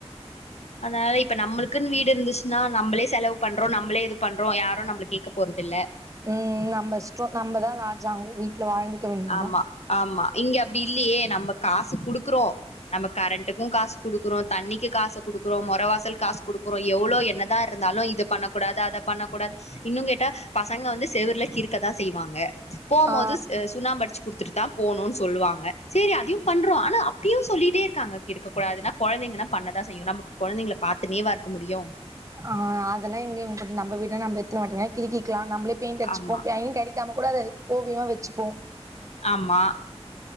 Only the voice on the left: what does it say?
அனால இப்ப நம்மளுக்குன்னு வீடு இருந்துச்சுனா நம்ளே செலவு பண்றோ நம்ளே இது பண்றோ யாரு நம்ள கேக்க போறதில்ல
ஆமா ஆமா இங்க அப்டி இல்லியே நம்ப காசு குடுக்குறோ நம்ம கரண்ட்டுக்கு காசு குடுக்குறோ தண்ணிக்கு காசு குடுக்குறோ மொற வாசல் காசு குடுக்குறோ எவ்ளோ என்னத் தா இருந்தாலு இது பண்ணக்கூடாது அத பண்ணக்கூடாது இன்னு கேட்டா பசங்க வந்து செவுருல கிறுக்க தா செய்வாங்க போ போது
எ சுண்ணாம்பு அடிச்சு குடுத்துட்டு தா போன்னு சொல்லுவாங்க சேரி அதயு பண்றோ ஆனா அப்யு சொல்லிட்டேருக்காங்க கிறுக்க கூடாதுன்னா கொழந்தைங்கனா பண்ணதா செய்யு நம்ம கொழந்தைங்கள பாத்துனேவா இருக்க முடியு
ஆமா
ஆமா